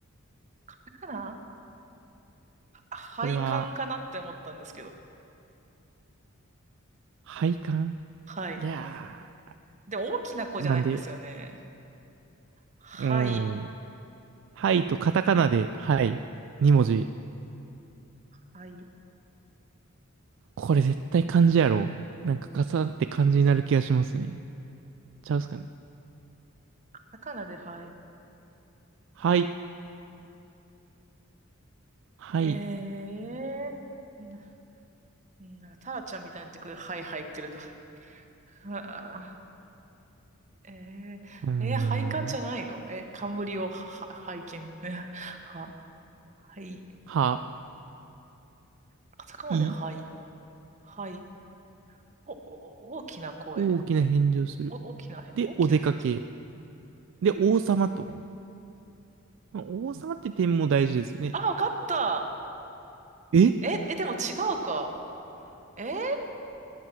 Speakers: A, on the right; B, on the right.
A: だから、配管かなって思ったんですけど。
B: これは、配管
A: はい。
B: いや
A: でも大きな子じゃないんですよね。
B: ー、なんで、
A: はい。
B: うーん。はいとカタカナで、はい。2文字。
A: はい。
B: これ絶対漢字やろ。なんかガサって漢字になる気がしますね。ちゃうっすかね。
A: 魚で、はい。
B: はい、はい、
A: ええー。な、なんか、タラちゃんみたいになってくる。はい、入ってると。あーえー、
B: うーん。
A: えー、配管じゃないのえ、冠を、は、は拝見。<laughs> は、はい。
B: は、
A: カタカナで、
B: い、
A: はい。はい。お、お、大きな声。
B: 大きな返事をする。
A: お、大きなへ、
B: で、
A: 大きなへ。
B: お出かけ。で、王様と。王様って点も大事ですよね。
A: あ、わかった。
B: え
A: え、え、でも違うか。えー